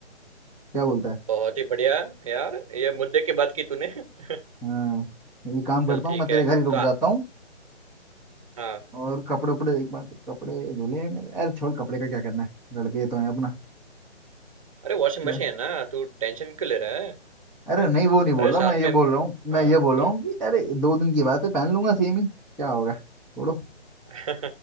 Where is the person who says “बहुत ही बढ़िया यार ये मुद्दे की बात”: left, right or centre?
Right